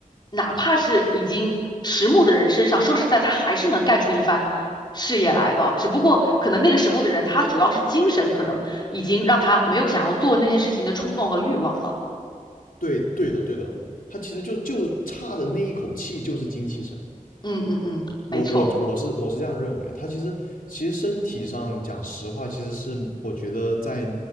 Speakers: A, on the left (about 30°); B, on the left (about 80°).
A: 哪怕是已经迟暮的人身上，说实在，他还是能干出一番事业来的。只不过可能那个时候的人，他主要是精神可能已经让他没有想要做那件事情的冲动和欲望了。
B: 对对的对的，他其实就就差的那一口气就是精气神。
A: 嗯嗯嗯，没错。
B: 我我我是我是这样认为，他其实其实身体上讲实话，其实是我觉得在